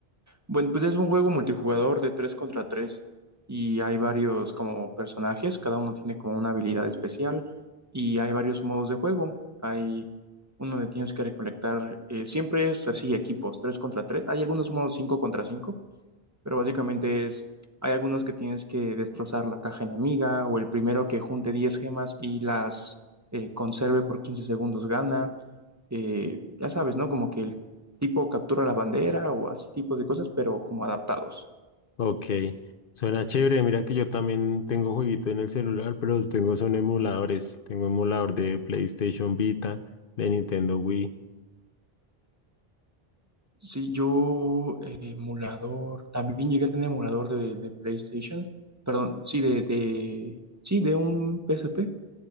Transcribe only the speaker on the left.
Ok, suena chévere. Mira que yo también tengo jueguito en el celular, pero tengo son emuladores. Tengo emulador de PlayStation Vita, de Nintendo Wii.